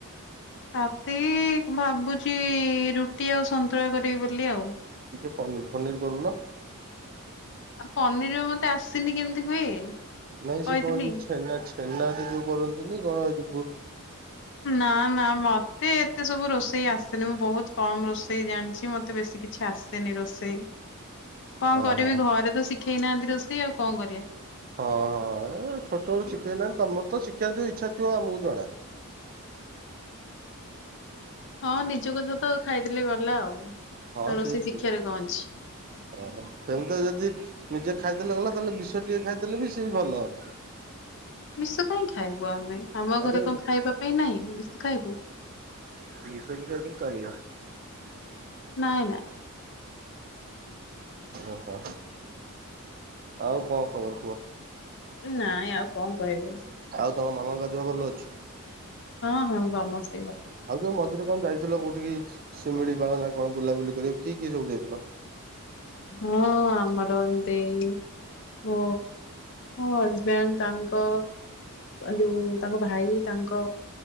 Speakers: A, on the left; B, on the right.
A: ରାତି ଭାବୁଛି ରୁଟି ଆଉ ସନ୍ତୁଳା କରିବି ବୋଲି ଆଉ।
B: ଟିକେ ପନିର ପନିର କରୁନ।
A: ଆଉ ପନିର ମତେ ଆସିନି କେମିତି ହୁଏ?
B: ନାଇଁ
A: କହିଥିଲି।
B: ସେ କଣ ଯୋଉ ଛେନା ଛେନାରେ ଯୋଉ କରନ୍ତିନି କଣ ଯ
A: ନା ନା ମତେ ଏତେ ସବୁ ରୋଷେଇ ଆସନି ମୁଁ ବହୁତ କମ ରୋଷେଇ ଜାଣିଛି ମତେ ବେଶୀ କିଛି ଆସେନି ରୋଷେଇ କଣ
B: ଓହୋ।
A: କରିବି ଘରେ ତ ଶି ଖେଇନାହାନ୍ତି ରୋଷେଇ ଆଉ କଣ କରିବା?
B: ହଁ ହଁ। ଏ ଛୋଟବେଳୁ ଶିଖେଇ ନାହି ତମର ତ ଶିଖାର ଯୋଉ ଇଚ୍ଛା ଥିବ ଆମକୁ ଜଣା।
A: ହଁ ନିଜ କଥା ତ ଖାଇଦେଲେ ଗଲା ଆଉ।
B: ହଁ
A: ରୋଷେଇ
B: ସେଠ
A: ଶିଖିବାରେ କଣ ଅଛି।
B: ଓହୋ ସେମିତି ଯଦି ନିଜେ ଖାଇଦେଲେ ଗଲା ହେଲେ ବିଷ ଟିକେ ଖାଇଦେଲେ ବି ସେ ବି ଭଲ ହୁଅନ୍ତା।
A: ବିଷ କାଇହିଁ ଖାଇବୁ ଆମେ ଆମ
B: ଆରେ
A: ଘରେ କଣ ଖାଇବା ପାଇଁ ନାହିଁ ବିଷ ଖାଇବୁ।
B: <unintelligible>
A: ନାଇଁ ନାଇଁ।
B: ଓହୋ ଆଉ କଣ ଖବର କୁହ?
A: ନାଇଁ ଆଉ କଣ କହିବି?
B: ଆଉ ତମ ମାମା ଙ୍କ ଦେହ ଭଲ ଅଛି।
A: ହଁ ହଁ ସମସ୍ତେ।
B: ଆଉ ଯୋଉ ମଝିରେ କଣ ଯାଇଥିଲ କୋଉଠିକି ସିମିଳିପାଳନା କଣ ବୁଲାବୁଲି କରିବାକୁ। କି କି ସବୁ ଯାଇଥିଲ?
A: ହଁ ଆମର ଦେଇ ହ। ହଁ ହଜବଣ୍ଡ ତାଙ୍କ ଯୋଉ ତାଙ୍କ ଭାଇ ତାଙ୍କ